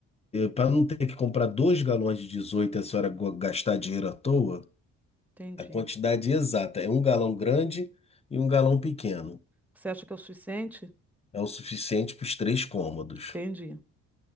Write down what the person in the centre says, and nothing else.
entendi.
Você acha que é o suficiente?
Entendi.